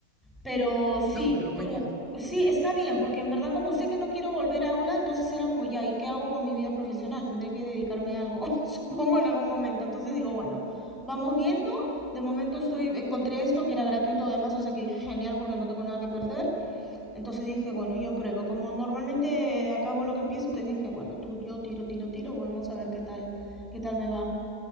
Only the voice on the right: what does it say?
no, pero muy
bien.